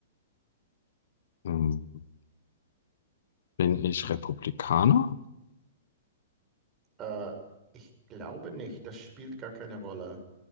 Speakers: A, on the left; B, on the right.
A: hm. Bin ich Republikaner?
B: Äh, ich glaube nicht. Das spielt gar keine Rolle.